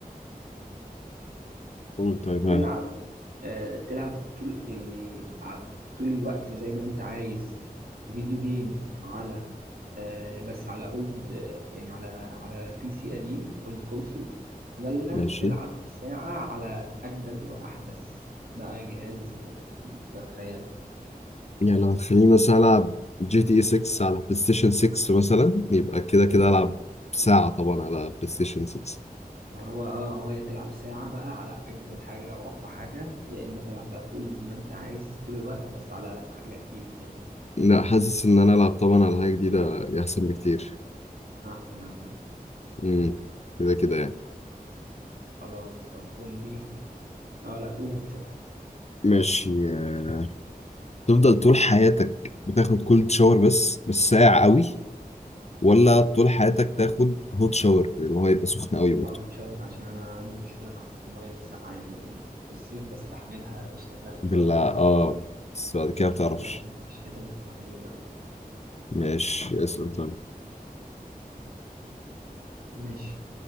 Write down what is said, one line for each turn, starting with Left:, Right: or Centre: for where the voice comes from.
Left: قول طيب ها
Right: تلعب آه، تلعب طول يعني ع- طول الوقت زي ما انت عايز فيديو جيمز على آه، بس على اولد يعني على على بي سي قديم اولد كونسول ولا
Left: ماشي
Right: تلعب ساعة على اجدد واحدث بقى جهاز تتخيل
Left: يعني لو خليني مثلا العب جي تي اي 6 على بلاي ستيشن 6 مثلا يبقى كده كده العب ساعة طبعا على بلاي ستيشن 6
Right: ما هو اه هو يا تلعب ساعة بقى على اجدد حاجة او اقوى حاجة يا اما تلعب بقى طول ما انت عايز طول الوقت بس على حاجة قديمة فاهم
Left: لا حاسس ان انا العب طبعا على حاجه جديده احسن بكتير
Right: احسن آه.
Left: امم كده كده يعني
Right: خلاص طب قول لي اه لا قول انت
Left: ماشي آه، تفضل طول حياتك بتاخد كولد شاور بس بس ساقع قوي ولا
Right: بقى.
Left: طول حياتك تاخد هوت شاور اللي هو يبقى سخن قوي
Right: لا
Left: برضه
Right: متشاور عشان انا عندي مشكله مع المايه الساقعه يعني في الصيف بستحملها قشطه كده عشان
Left: بالله
Right: الجو يبقى حر
Left: اه
Right: لكن
Left: بس بعد كده بتعرفش
Right: لكن في الشتاء مستحيل اه
Left: ماشي اسأل طيب
Right: ماشي